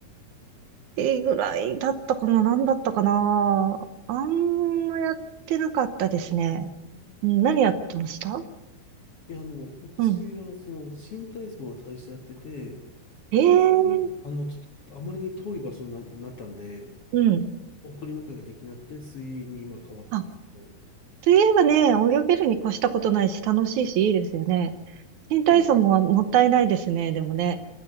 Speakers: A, on the right; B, on the left.
A: 泳ぐらいだったかな、何だったかな。あんまやってなかったですね。
B: い
A: うん何やってました
B: いや、あの、うちはその新体操を最初やってて、
A: うん。あ、ええ
B: で、それを、あの、ちょっとあまりに遠い場所にな、なったんで、
A: うん。
B: 送り迎えができなくて水泳に今変わったんですけど、
A: あ、といえばね、泳げるに越したことないし、楽しいし、いいですよね。新体操ももったいないですね、
B: なんか、
A: でもね。